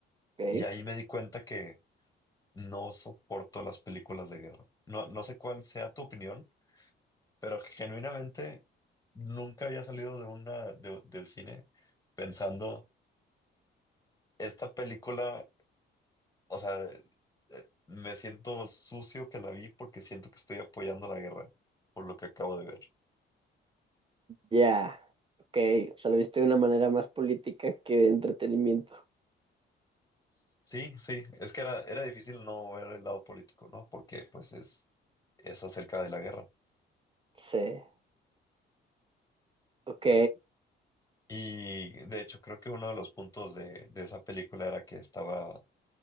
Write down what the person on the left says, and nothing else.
Y ahí me di cuenta que no soporto las películas de guerra. No, no sé cuál sea tu opinión, pero genuinamente nunca había salido de una de- del cine pensando esta película, o sea, eh, me siento sucio que la vi porque siento que estoy apoyando la guerra por lo que acabo de ver.
Sí, sí, es que era, era difícil no ver el lado político, ¿no? Porque pues es, es acerca de la guerra.
Y de hecho creo que uno de los puntos de, de esa película era que estaba